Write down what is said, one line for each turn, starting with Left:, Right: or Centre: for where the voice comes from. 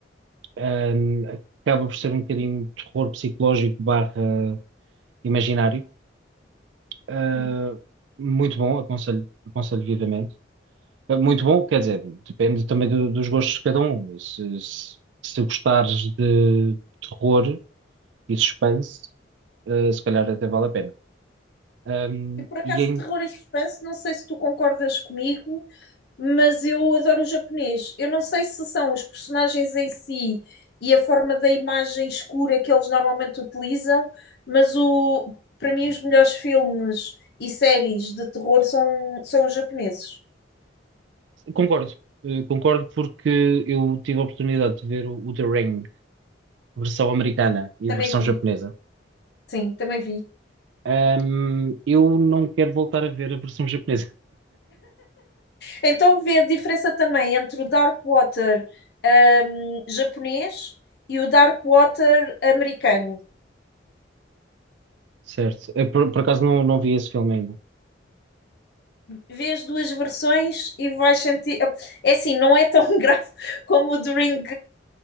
Right: Ahm, acaba por ser um bocadinho de terror psicológico barra imaginário. Ah,
Left: Uhum.
Right: muito bom, aconselho, aconselho vivamente. Ah, Muito bom, quer dizer, depende também do- dos gostos de cada um. Se, se, se gostares de terror e suspense, ah, se calhar até vale a pena. Um,
Left: E por acaso,
Right: e em
Left: terror e suspense, não sei se tu concordas comigo, mas eu adoro o japonês. Eu não sei se são os personagens em si e a forma da imagem escura que eles normalmente utilizam, mas o, para mim os melhores filmes e séries de terror são, são os japoneses.
Right: Concordo, eh, concordo porque eu tive a oportunidade de ver o, o The Ring, versão americana e
Left: Também
Right: a versão
Left: vi,
Right: japonesa.
Left: sim, também vi.
Right: Ahm, eu não quero voltar a ver a versão japonesa,
Left: Então vê a diferença também entre o Dark Water hum, japonês e o Dark Water americano.
Right: <laughs> certo? Eh, Por, por acaso não, não vi esse filme ainda.
Left: Vê as duas versões e vais sentir. É assim, não é tão <laughs> grave como o do Ring